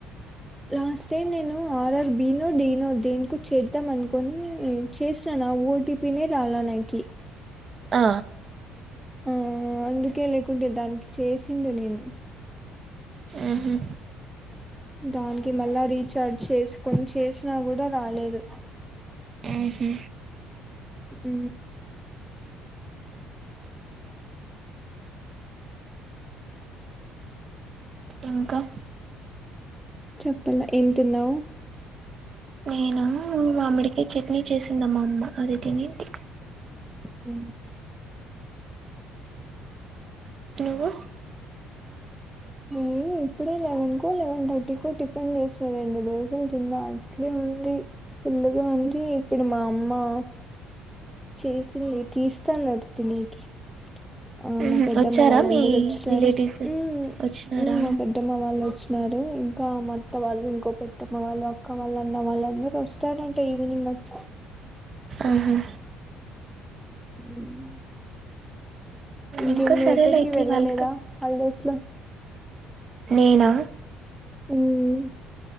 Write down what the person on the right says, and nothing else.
ఆ
హు హు
ఉహు.
ఇంకా
నేను మామిడికాయ చట్నీ చేసిందమ్మా అమ్మ అది తనింటి
నువ్వు
ఉహు
వచ్చారా
మీ
రిలేటివ్స్
వచ్చినారా
ఆహా
ఇంకా
సరేలే
అయితే
వాళ్ళతో
నేనా